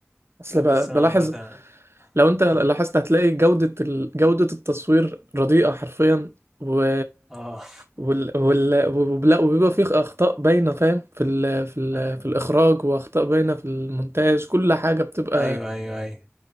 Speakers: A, on the right; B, in the centre.
A: اصل
B: لا بس
A: ب-
B: انا
A: بلاحظ
B: عامه
A: لو انت لاحظت
B: اقول
A: هتلاقي جودة ال... جودة التصوير رديئة حرفيا و...
B: اه
A: وال... وال... وبلا... وبيبقى فيه اخطاء باينة فاهم في ال... في ال...
B: <laughs>
A: في الاخراج واخطاء باينة في المونتاج كل حاجة بتبقى
B: ايوه ايوه ايوه